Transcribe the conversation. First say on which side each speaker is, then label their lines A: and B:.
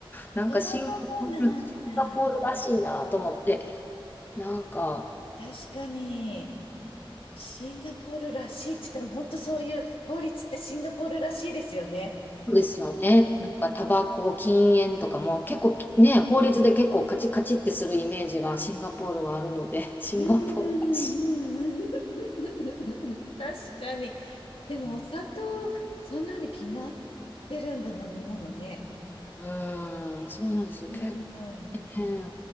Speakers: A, on the left; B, on the left.
A: なんかシンガポール、
B: そうなんだ。
A: シンガポールらしいなと思って、なんか、
B: 確かに、シンガポールらしいって言ったら、本当そういう法律ってシンガポールらしいですよね。
A: そうですよね。なんか、タバコ、禁煙とかも結構ね、法律で結構カチッカチってするイメージがシンガポールはあるので、<laughs> シンガポールだし。
B: うんうんうん <laughs> 確かに。でもお砂糖、
A: う
B: そんなに決まってるんだ、飲み物ね。
A: ーん、そうなんですよ。
B: うんうん
A: 結ね、